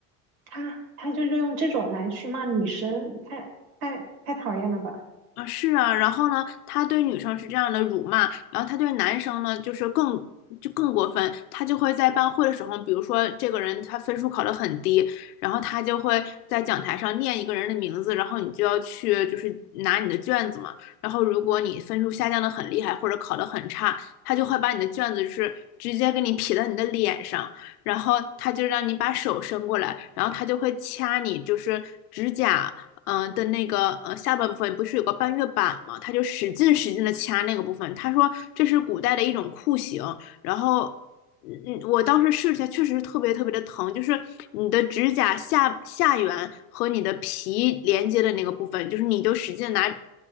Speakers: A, on the right (about 70°); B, on the left (about 85°).
A: 他他就就用这种来去骂女生，太太太讨厌了吧！
B: 啊，是啊，然后呢，他对女生是这样的辱骂，然后他对男生呢，就是更就更过分，他就会在班会的时候，比如说这个人他分数考得很低，然后他就会在讲台上念一个人的名字，然后你就要去就是拿你的卷子嘛，然后如果你分数下降的很厉害或者考得很差，他就会把你的卷子就是直接给你撇到你的脸上，然后他就让你把手伸过来，然后他就会掐你就是指甲。嗯、呃的那个呃下半部分不是有个半月板吗？他就使劲使劲的掐那个部分。他说这是古代的一种酷刑，然后嗯嗯我当时试一下，确实是特别特别的疼，就是你的指甲下下缘和你的皮连接的那个部分，就是你就使劲拿